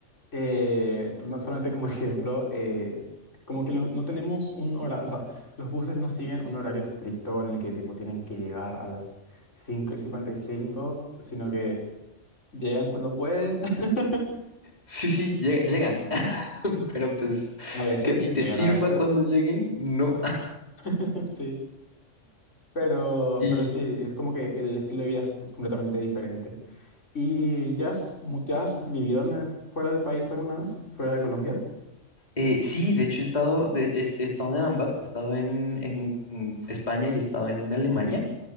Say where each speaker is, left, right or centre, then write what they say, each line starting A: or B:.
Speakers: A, on the left (about 70°); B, on the left (about 35°).
A: eh, no solamente como <laughs> ejemplo, eh, como que los- no tenemos un horario, o sea, los buses no siguen un horario estricto en el que tipo tienen que llegar a las 5 y 55, sino que llegan cuando pueden, <laughs>
B: Sí, sí, lle- llegan. <laughs> pero pues
A: a veces,
B: que a ti te
A: llegan
B: sirva
A: a veces,
B: cuando lleguen, no.
A: <laughs> sí. Pero,
B: Y
A: pero sí, es como que el estilo de vida es completamente diferente. ¿Y ya has, mu- ya has vivido en el- fuera del país alguna vez? ¿Fuera de Colombia?
B: eh, sí, de hecho he estado, de- he, he estado en ambas, he estado en, en España y he estado en Alemania.